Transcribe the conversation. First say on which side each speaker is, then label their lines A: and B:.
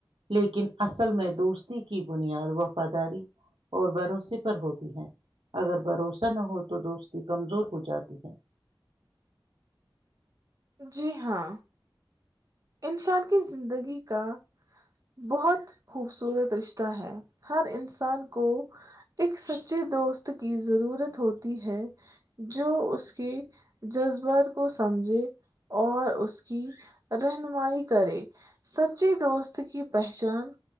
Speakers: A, on the right; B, on the right.
A: لیکن اصل میں دوستی کی بنیاد وفاداری اور بھروسیے پر ہوتی ہیں اگر بھروسہ نہ ہو تو دوستی کمزور ہو جاتی ہے
B: جی ہاں انسان کی زندگی کا بہت خوبصورت رشتہ ہے ہر انسان کو ایک سچے دوست کی ضرورت ہوتی ہے جو اس کے جذبات کو سمجھے اور اس کی رہنمائی کرے سچے دوست کی پہچان